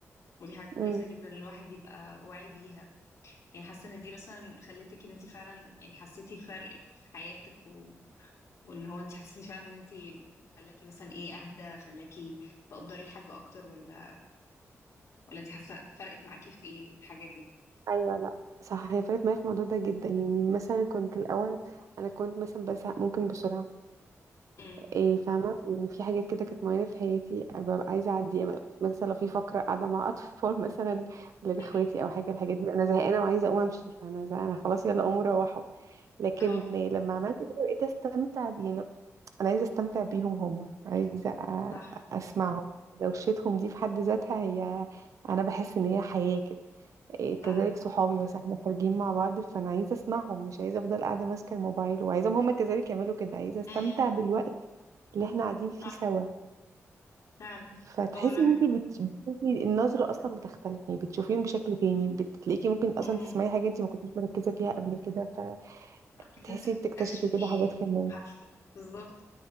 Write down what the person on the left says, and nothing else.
ودي حاجة كويسة
جدا إن الواحد يبقى واعي بيها يعني حاسة ان دي مثلا خلتك ان انت فعلا يعني حسيتي فرق في حياتك و... وان هو انت حسيتي فعلا ان انت خلاكي مثلا ايه اهدى خلاكي تقدري الحاجة اكتر ولا ولا انت حاسة فرقت معاكي في ايه الحاجة دي
امم
امم
اه
صح
صح
امم
صح
فعلا
هو الواحد
امم
لازم تكتشفي
حرف بالظبط